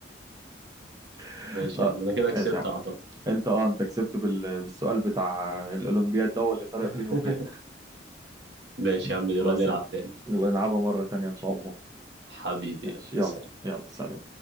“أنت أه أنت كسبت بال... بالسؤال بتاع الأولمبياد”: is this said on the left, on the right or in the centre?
Right